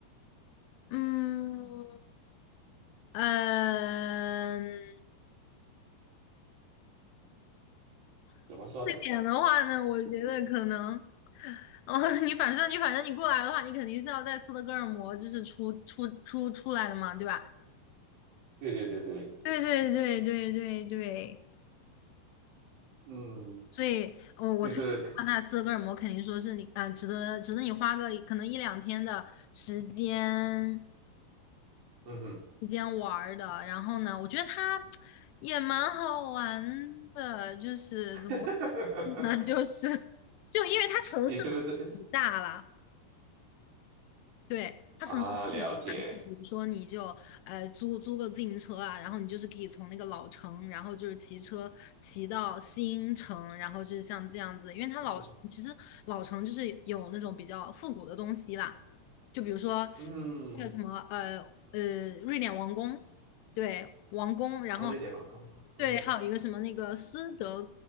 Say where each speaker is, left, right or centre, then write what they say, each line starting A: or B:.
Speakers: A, on the left; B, on the right.
A: 嗯，嗯，
B: 怎么说呢？
A: 这点的话呢，我觉得可能，哦，<laughs> 你反正你反正你过来的话，你肯定是要在斯德哥尔摩就是出出出出来的嘛，对吧？
B: 对对对对，
A: 对对对对对对，
B: 嗯，
A: 所以，我我推荐的话那斯德哥尔摩肯定说是你，
B: 就是，
A: 啊、值得值得你花个可能一两天的时间，
B: 嗯哼，
A: 之间玩儿的。然后呢，我觉得它也蛮好玩的，就是怎么
B: <laughs>
A: 说呢，<laughs> 就是就因为它城市
B: 你是不是
A: 很大啦，对，它城市很大，
B: 啊？了解，
A: 比如说你就呃租租个自行车啊，然后你就是可以从那个老城，然后就是骑车骑到新城，然后就是像这样子，因为它老城其实老城就是有那种比较复古的东西啦。
B: 嗯哼
A: 就比如说
B: 嗯，
A: 那个什么呃呃瑞典王宫，对，王宫，然后
B: 好，瑞典王宫，
A: 对，
B: 嗯哼
A: 还有一个什么那个斯德